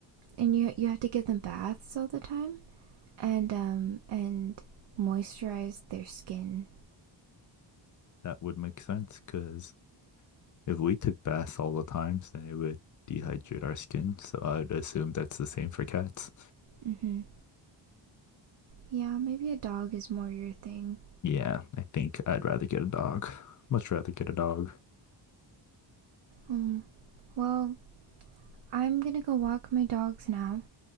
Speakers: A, on the right (about 65°); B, on the left (about 40°).
A: And you you have to give them baths all the time and um and moisturize their skin.
B: That would make sense because If we took baths all the times, then it would dehydrate our skin. So I would assume that's the same for cats.
A: Mm-hmm. Yeah, maybe a dog is more your thing.
B: Yeah, I think I'd rather get a dog. Much rather get a dog.
A: Um, well, I'm gonna go walk my dogs now.